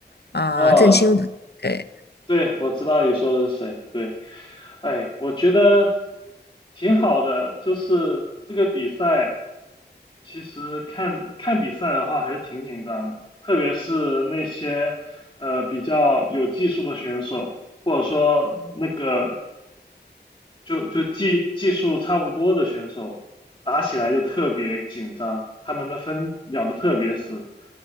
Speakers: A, on the left; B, on the left.
A: 啊、
B: 啊，
A: 郑钦文。对
B: 对，我知道你说的是谁。对，哎，我觉得挺好的，就是这个比赛，其实看看比赛的话还是挺紧张的，特别是那些呃比较有技术的选手，或者说那个就就技技术差不多的选手，打起来就特别紧张，他们的分咬的特别死。